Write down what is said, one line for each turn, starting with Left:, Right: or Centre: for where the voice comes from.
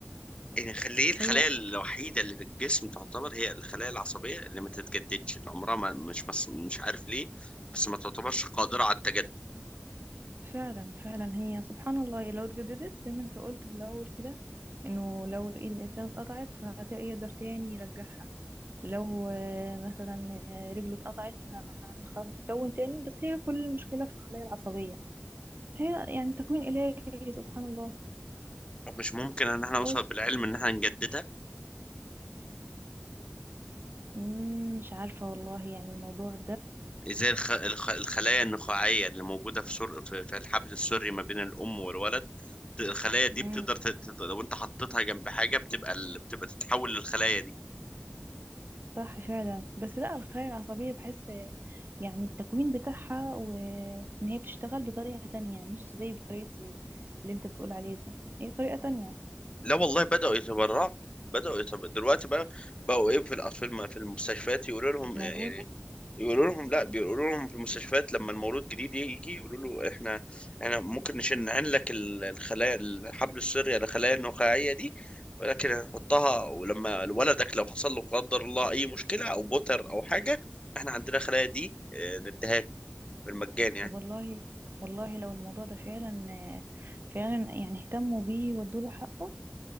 Left: يعني خ- ليه الخلايا
Right: هي
Left: الوحيدة اللي في الجسم تعتبر هي الخلايا العصبية اللي ما تتجددش اللي عمرها ما مش مس- مش عارف ليه بس ما تعتبرش قادرة على التجدد
Right: فعلا فعلا هي سبحان الله لو اتجددت زي ما انت قلت في الاول كده انه لو ايد الانسان اتقطعت فهيقدر تاني يرجعها لو آه، مثلا آه، رجله اتقطعت فهتتكون تاني بس هي كل المشكلة في الخلايا العصبية هي يعني تكوين إلهي سبحان الله
Left: طب مش ممكن إن احنا نوصل
Right: بص
Left: بالعلم إن احنا نجددها
Right: مم، مش عارفة والله يعني الموضوع
Left: زي الخ... الخ... الخلايا النخاعية اللي موجودة في سر... في في الحبل السري ما بين الأم والولد ت- الخلايا دي
Right: ده
Left: بتقدر ت... ت- لو أنت حطيتها جنب حاجة بتبقى ال... بتبقى تتحول للخلايا دي
Right: صح فعلا بس لا الخلايا العصبية بحس يعني التكوين بتاعها وإن هي بتشتغل بطريقة تانية مش زي بطريقة ال- اللي انت بتقول عليه ده هي طريقة تانية
Left: لا والله بدأوا يتبرعوا بدأوا يتبرعوا دلوقتي بقى بقوا إيه في الأطفال في الم- في المستشفيات يقولوا لهم
Right: موجودة
Left: إيه، يعني يقولوا لهم لا بيقولوا لهم في المستشفيات لما المولود جديد يجي يقولوا له احنا احنا ممكن نشنعن لك ال- الخلايا الحبل السري الخلايا النخاعيه دي ولكن هنحطها ولما ولدك لو حصل له قدر الله اي مشكله او بوتر او حاجه احنا عندنا الخلايا دي اه، نديها لك بالمجان يعني
Right: طب والله والله لو الموضوع ده فعلا فعلا يعني اهتموا بيه وادوله حقه